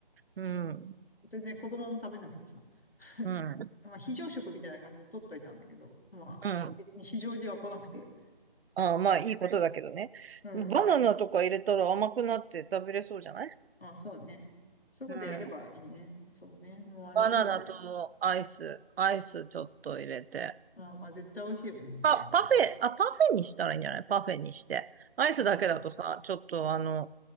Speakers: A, on the right; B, on the left.
A: うん。
B: あの、全然子供も食べなくてさ。<laughs>
A: うん。
B: まあ、非常食みたいな感じで取っといたんだけど、まあ、
A: うん。
B: 別に非常時は来なくて、
A: ああ、まあいいことだけどね。
B: うん、
A: バナナとか入れたら甘くなって食べれそうじゃない
B: あ、そうね。そういうことやればいいね。
A: うん。
B: そうね。もうあれどうしよう。
A: バナナとアイス、アイスちょっと入れて。
B: まあ、まあ絶対美味しいよね、それはね。
A: あ、パフェ、あ、パフェにしたらいいんじゃないパフェにして。アイスだけだとさ、
B: うん。
A: ちょっとあの、